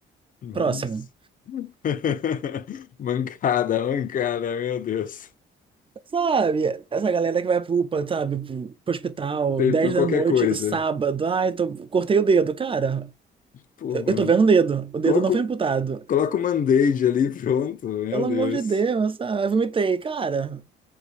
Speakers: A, on the right; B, on the left.
A: Próximo.
B: É isso. <laughs> Mancada, mancada, meu Deus.
A: Sabe? Essa galera que vai pro UPA, sabe? Pro, pro hospital,
B: Sei
A: 10
B: por qualquer
A: da noite
B: coisa.
A: do sábado. Ai, tô, cortei o dedo. Cara,
B: Pô,
A: eu,
B: mano.
A: eu tô vendo o dedo. O dedo
B: Coloca,
A: não foi amputado.
B: coloca o band-aid ali, pronto, meu
A: Pelo amor
B: Deus.
A: de Deus, sabe? Eu Vomitei. Cara,